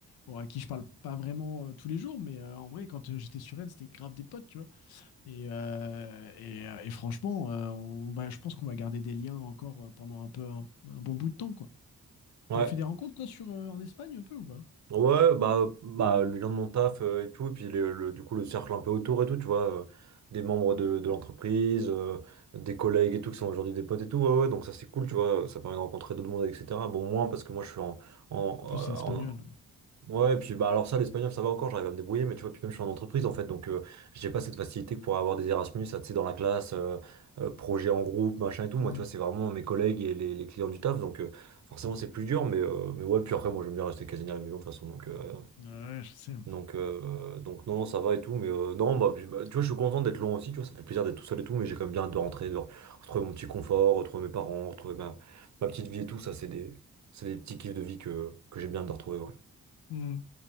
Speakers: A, on the left (about 75°); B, on the right (about 50°).
A: bon, à qui je parle pas vraiment euh, tous les jours, mais euh, en vrai, quand euh, j'étais sur Rennes, c'était grave des potes, tu vois. Et, euh, et, euh, et franchement, euh, on va, je pense qu'on va garder des liens encore euh, pendant un peu un, un bon bout de temps, quoi.
B: Ouais,
A: T'as fait des rencontres, toi, sur, euh, en Espagne un peu ou pas?
B: ouais, bah, bah, les gens de mon taf euh, et tout, et puis le, le- du coup, le cercle un peu autour et tout, tu vois, euh, des membres de, de l'entreprise, euh, des collègues et tout, qui sont aujourd'hui des potes et tout, ouais, ouais, donc ça, c'est cool, tu vois, ça permet de rencontrer d'autres mondes, etc. Bon, moins parce que moi, je suis en, en,
A: En plus, c'est
B: euh,
A: espagnol.
B: en, Ouais, et puis bah alors ça, l'espagnol, ça va encore, j'arrive à me débrouiller, mais tu vois, puis même je suis en entreprise en fait, donc euh, j'ai pas cette facilité que pourrait avoir des Erasmus, ça, tu sais, dans la classe, euh, euh, projet en groupe, machin et tout.
A: Mm.
B: Moi, tu vois, c'est vraiment mes collègues et les, les clients du taf, donc euh, forcément c'est plus dur, mais, euh, mais ouais, puis après, moi j'aime bien rester quasi à la maison de toute façon, donc, euh,
A: Ouais, je sais.
B: donc, euh, donc non, ça va et tout, mais euh, non, bah, puis, bah, tu vois, je suis content d'être loin aussi, tu vois, ça me fait plaisir d'être tout seul et tout, mais j'ai quand même bien hâte de rentrer, de re- retrouver mon petit confort, retrouver mes parents, retrouver ma, ma petite vie et tout, ça, c'est des, c'est des petits kiffs de vie que, que j'ai bien hâte de retrouver, ouais.
A: Mm.